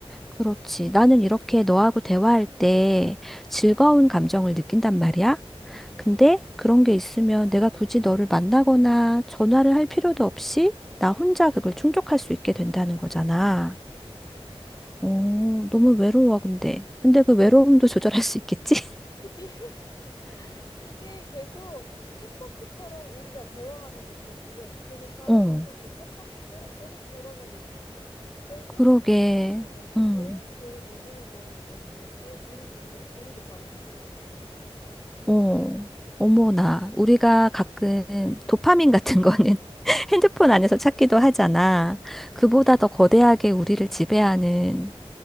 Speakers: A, in the centre; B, on the left.
A: 그렇지. 나는 이렇게 너하고 대화할 때 즐거운 감정을 느낀단 말이야.
B: 응, 응.
A: 근데 그런 게 있으면 내가 굳이 너를 만나거나 전화를 할 필요도 없이 나 혼자 그걸 충족할 수 있게 된다는 거잖아.
B: 그지.
A: 오, 너무 외로워, 근데. 근데 그 외로움도 <laughs> 조절할 수 있겠지? <laughs>
B: 그치? <laughs> 이게 계속 쳇바퀴처럼 우리가 대화하는 것도 지금 계속 다람쥐통
A: 어,
B: 그 쳇바퀴처럼 계속 돌아가고 있는 거야. 결국
A: 그러게.
B: 그 기계에
A: 음.
B: 계속 의존해 버릴 수 없는 게 우리 지금 우리도 바로 느끼고 있는 거잖아.
A: 어, 어머나. 우리가 가끔 도파민 같은 거는
B: 응,
A: <laughs>
B: 응,
A: 핸드폰
B: 응.
A: 안에서 찾기도 하잖아.
B: 응응응응.
A: 그보다 더 거대하게 우리를 지배하는